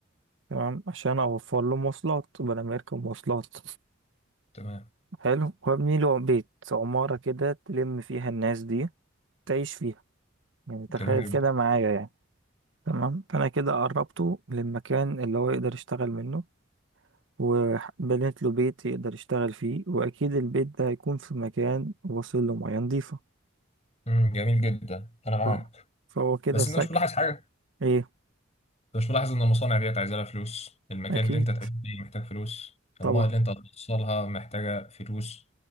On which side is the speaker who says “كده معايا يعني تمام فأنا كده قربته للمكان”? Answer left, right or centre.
Right